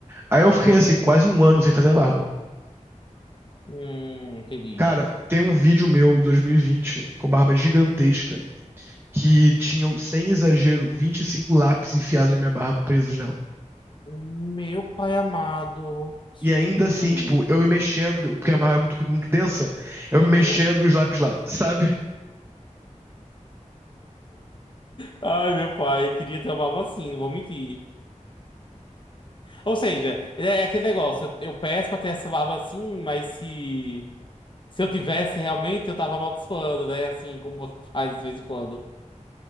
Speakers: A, on the right; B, on the left.
A: Aí eu fiquei, assim, quase um ano sem fazer a barba.
B: Hum, entendi.
A: Cara, tem um vídeo meu de 2020 com barba gigantesca que tinham, sem exagero, 25 lápis enfiados na minha barba, presos nela.
B: Meu pai amado. Isso
A: E ainda
B: tudo.
A: assim, tipo, eu me mexendo, porque a barba é muito, muito densa, eu
B: Uhum.
A: me mexendo e os lápis lá, sabe?
B: Ai, meu pai, eu queria ter uma barba assim, não vou mentir. Ou seja, é é aquele negócio, eu, eu peço pra ter essa barba assim, mas se, se eu tivesse realmente, eu tava amaldiçoando, né? Assim, como você faz de vez em quando.